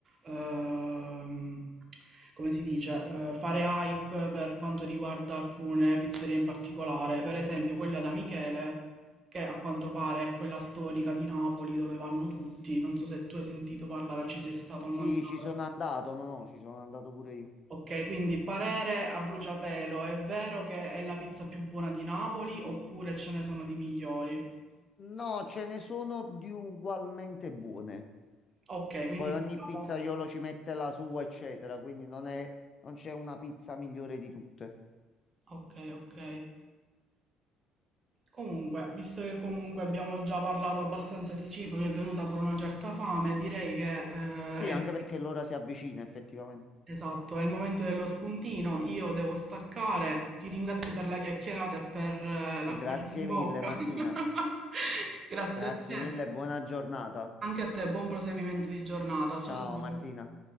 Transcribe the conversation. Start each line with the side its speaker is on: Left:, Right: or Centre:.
Right: ehm, come si dice, eh, fare hype per quanto riguarda alcune pizzerie in particolare, per esempio quella da Michele che a quanto pare è quella storica di Napoli dove vanno tutti. Non so se tu hai sentito parlare o ci sei stato a mangiare.
Left: Sì, ci sono andato, no, no, ci sono andato pure io.
Right: Ok, quindi parere a bruciapelo, è vero che è la pizza più buona di Napoli oppure ce ne sono di migliori?
Left: No, ce ne sono di ugualmente buone.
Right: Ok, quindi
Left: Poi ogni
Right: diciamo...
Left: pizzaiolo ci mette la sua, eccetera, quindi non è, non c'è una pizza migliore di tutte.
Right: Ok, ok. Comunque, visto che comunque abbiamo già parlato abbastanza di cibo, mi è venuta pure una certa fame, direi che eh,
Left: Sì,
Right: è...
Left: anche perché l'ora si avvicina effettivamente.
Right: Esatto, è il momento dello spuntino, io devo staccare, ti ringrazio per la chiacchierata e per eh, l'acquolina
Left: Grazie
Right: in bocca.
Left: mille Martina,
Right: <laughs> Grazie
Left: grazie
Right: a te,
Left: mille e buona giornata.
Right: anche a te, buon proseguimento di giornata.
Left: Ciao
Right: Ciao ciao.
Left: Martina.